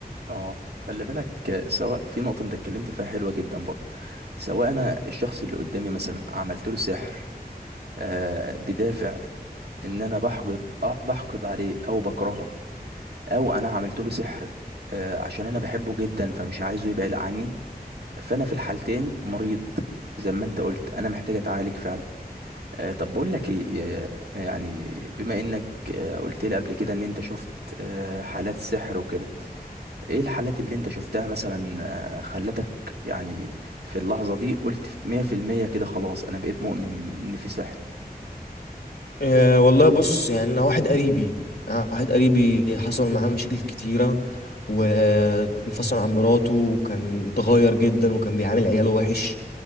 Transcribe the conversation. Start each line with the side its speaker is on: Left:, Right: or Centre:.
Right: اه خلي بالك آه، سواء في نقطة انت اتكلمت فيها حلوة جدا برضه سواء انا الشخص اللي قدامي مثلا عملت له سحر آه، بدافع ان انا بحقد آه، بحقد عليه او بكرهه او انا عملت له سحر آه، عشان انا بحبه جدا فمش عايزه يبعد عني فانا في الحالتين مريض زي ما انت قلت انا محتاج اتعالج فعلا آه، طب بقول لك ايه آه، يعني بما انك آه، قلت لي قبل كده ان انت شفت آه، حالات سحر وكده ايه الحالات اللي انت شفتها مثلا آه، خلتك يعني في اللحظة دي قلت 100% كده خلاص انا بقيت مؤمن ان في سحر
Left: أه والله بص يعني أنا واحد قريبي أنا واحد قريبي حصل معاه مشاكل كتيرة وانفصل عن مراته وكان متغير جدا وكان بيعامل عياله وحش